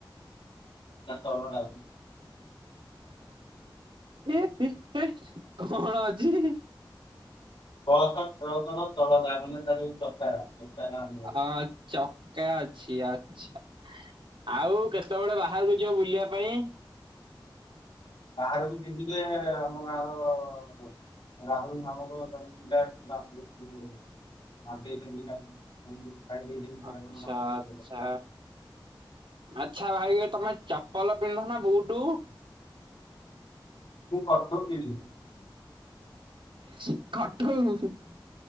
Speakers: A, on the left; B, on the right.
A: ତା ତଳଟା ଅଛି।
B: ହେ ହେ କଣ ଅଛି?
A: ବସ ଟ୍ରକ ର ତଳଟା ମାନେ ତାର ଯୋଉ ଚକା। <unintelligible>
B: ହଁ ଚକା ଅଛି ଆ। ଆଛା ଆଉ କେତେବେଳେ ବାହାରକୁ ଯିବ ବୁଲିବା ପାଇଁ?
A: ବାହାର କୁ ଯିବି ଯେ ଆମ ଗାର <unintelligible> <unintelligible>
B: ଆଚ୍ଛା ଆଚ୍ଛା ଆଚ୍ଛା ଭାଇ ତମେ ଚପଲ ପିନ୍ଧ ନା ବୁଟୁ?
A: ମୁଁ କରିଦଉ ଥିଲି।
B: <unintelligible>